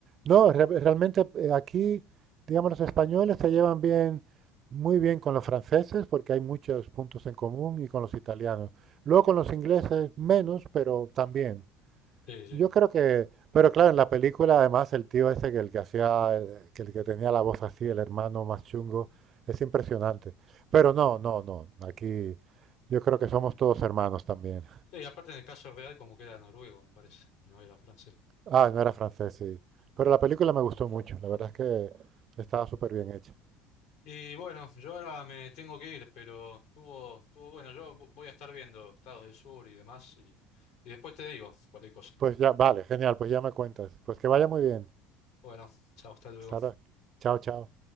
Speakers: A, on the right (about 45°); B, on the left (about 75°).
A: No, re- realmente eh, aquí, digamos, los españoles se llevan bien, muy bien con los franceses porque hay muchos puntos en común y con los italianos. Luego con los ingleses menos, pero también.
B: sí, sí.
A: Yo creo que, pero claro, en la película además el tío ese que el que hacía, eh, que el que tenía la voz así, el hermano más chungo, es impresionante. Pero no, no, no, aquí yo creo que somos todos hermanos también.
B: Sí, aparte en el caso real como que era noruego, me parece, y no era francés.
A: Ah, no era francés, sí. Pero la película me gustó mucho, la verdad es que estaba súper bien hecha.
B: Y bueno, yo ahora me tengo que ir, pero estuvo, estuvo bueno. Yo vo- voy a estar viendo Estados del Sur y demás y, y después te digo cualquier cosa.
A: Pues ya, vale, genial, pues ya me cuentas. Pues que vaya muy bien.
B: Bueno, chao, hasta luego.
A: Hasta ahora. Chao, chao.